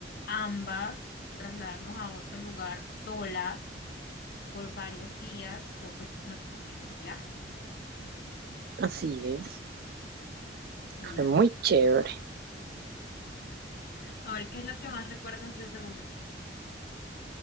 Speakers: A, on the left; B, on the right.
A: ambas trasladarnos a otro lugar solas por varios días. Fue pues nuestro primer viaje.
B: así es.
A: Sí,
B: Fue
A: amor.
B: muy chévere.
A: A ver, ¿qué es lo que más recuerdas de ese momento?